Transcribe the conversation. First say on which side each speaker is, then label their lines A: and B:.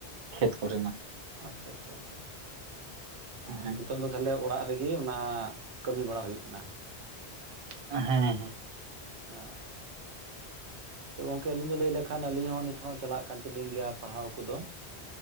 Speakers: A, on the right (about 45°); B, on the right (about 90°).
A: ᱠᱷᱮᱛ ᱠᱚᱨᱮᱱᱟᱜ
B: ᱟᱪᱪᱷᱟ ᱟᱪᱪᱷᱟ ᱟᱪᱪᱷᱟ ᱢᱟᱱᱮ
A: ᱦᱮᱸ
B: ᱱᱤᱛᱚᱜ ᱫᱚ ᱛᱟᱦᱚᱞᱮ ᱚᱲᱟᱜ ᱨᱮᱜᱮ ᱚᱱᱟ ᱠᱟᱹᱢᱤ ᱵᱟᱲᱟ ᱦᱩᱭᱩᱜ ᱠᱟᱱᱟ ᱾
A: ᱦᱮᱸ ᱦᱮᱸ ᱦᱮᱸ
B: ᱟᱪᱪᱷᱟ ᱛᱚ ᱜᱚᱝᱠᱮ ᱟᱹᱞᱤᱧ ᱫᱚ ᱞᱟᱹᱭ ᱞᱮᱠᱷᱟᱱ ᱟᱹᱞᱤᱧ ᱦᱚᱸ ᱱᱤᱛ ᱦᱚᱸ ᱪᱟᱞᱟᱜ ᱠᱟᱱ ᱛᱟᱹᱞᱤᱧ ᱜᱮᱭᱟ ᱯᱟᱲᱦᱟᱣ ᱠᱚᱫᱚ